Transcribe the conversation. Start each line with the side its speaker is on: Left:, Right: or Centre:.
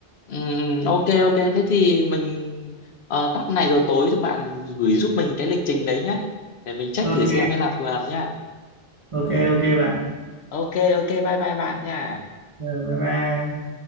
Left: Ừm, ok ok thế thì mình ờ, tắt này rồi tối thì bạn gửi giúp mình cái lịch trình đấy nhá để mình check
Right: ok
Left: thử xem thế là phù hợp nhá
Right: ok ok bạn
Left: ok ok bye bye bạn nha
Right: Rồi, bye bye